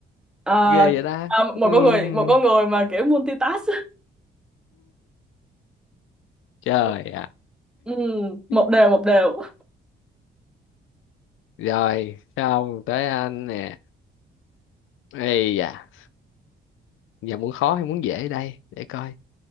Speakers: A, in the centre; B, on the left.
A: Ờ,
B: ghê vậy ta
A: ờ, một
B: Ừ.
A: con người một con người mà kiểu multitask.
B: trời
A: <laughs> Ừ, một
B: ạ
A: đều một đều.
B: Rồi, xong tới anh nè. Ây da, giờ muốn khó hay muốn dễ đây? Để coi.